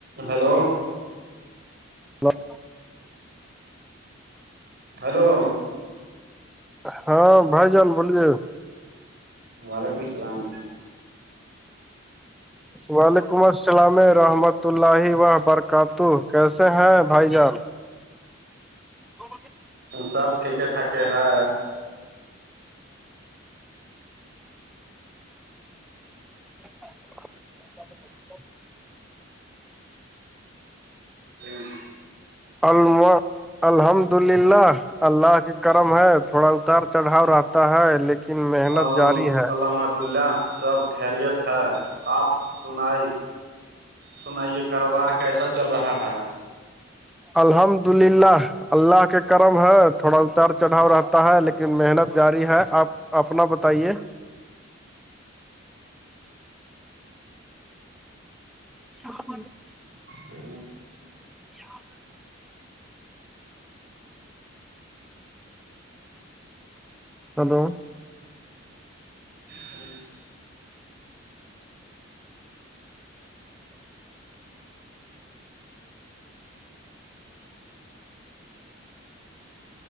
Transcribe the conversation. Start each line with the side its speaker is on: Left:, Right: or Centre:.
Right: ہیلو
Centre: وق
Right: ہیلو
Centre: ہاں بائی جان بوول جے
Right: وعلیکم السلام
Centre: وعلیکم السلام رحمت اللہ وبرکات کیسے ہیں بھائی جان تو
Right: سب ٹھیک ٹھاک ہے
Centre: اچھا
Right: ہوں
Centre: اللو الحمد للہ اللہ کے کرم ہے تھوڑا اتار چڑھاؤ رہتا ہے لیکن محنت
Right: ال
Centre: جاری ہے
Right: الحمد اللہ سب خیریت ہے آپ سنائی سنائیے کاروبار کیسا چل رہا ہے
Centre: الحمد للہ اللہ کے کرم ہے تھوڑا اتار چڑھاؤ رہتا ہے لیکن محنت جاری ہے آپ اپنا بتائیے ہپ
Right: ج
Centre: ہاں ہلو
Right: ہی